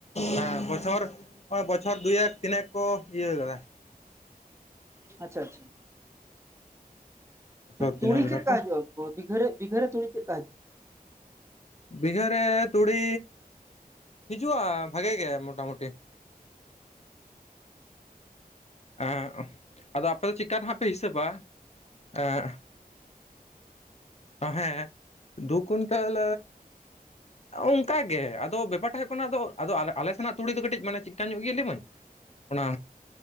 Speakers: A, on the left (about 45°); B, on the right (about 15°).
A: ᱦᱮᱸ ᱵᱚᱪᱷᱚᱨ, ᱚᱭ ᱵᱚᱪᱷᱚᱨ ᱫᱩ ᱮᱠ, ᱛᱤᱱᱮᱠ ᱠᱚ ᱤᱭᱟᱹ ᱠᱟᱫᱟ᱾
B: ᱟᱪᱪᱷᱟ ᱟᱪᱪᱷᱟ,
A: ᱵᱚᱪᱷᱚᱨ ᱛᱤᱱᱟᱹᱜ
B: ᱛᱩᱲᱤ
A: ᱞᱮᱠᱟ
B: ᱪᱤᱫ
A: ᱠᱚ
B: ᱠᱟ ᱦᱟᱡᱩᱜᱼᱟ? ᱵᱤᱜᱷᱮ ᱨᱮ ᱵᱤᱜᱷᱮ ᱨᱮ ᱛᱩᱲᱤ ᱪᱮᱫ ᱠᱟ ᱦᱤᱡᱩᱼᱟ?
A: ᱵᱤᱜᱷᱟᱹ ᱨᱮ ᱛᱩᱲᱤ ᱦᱤᱡᱩᱜᱼᱟ, ᱵᱷᱟᱜᱮ ᱜᱮ ᱢᱚᱴᱟᱢᱩᱴᱤ᱾ ᱮᱚᱠ, ᱟᱫᱚ ᱟᱯᱮ ᱫᱚ ᱪᱮᱠᱟ ᱱᱟᱦᱟᱜ ᱯᱮ ᱦᱤᱥᱟᱹᱵᱟ ᱮᱚᱠ ᱛᱟ ᱦᱮᱸ ᱫᱩ ᱠᱩᱭᱤᱱᱴᱟᱞ ᱚᱱᱠᱟᱜᱮ ᱟᱫᱚ ᱵᱮᱯᱟᱨ ᱴᱟ ᱦᱩᱭᱩᱜ ᱠᱟᱱᱟ, ᱟᱫᱚ ᱟᱫᱚ ᱟᱞᱮ ᱟᱞᱮ ᱥᱮᱱᱟᱜ ᱛᱩᱲᱤ ᱫᱚ ᱠᱟᱹᱴᱤᱡ ᱢᱟᱱᱮ ᱪᱤᱠᱟᱱ ᱧᱚᱜ ᱜᱮᱭᱟ ᱞᱟᱹᱭᱢᱟᱹᱧ, ᱚᱱᱟ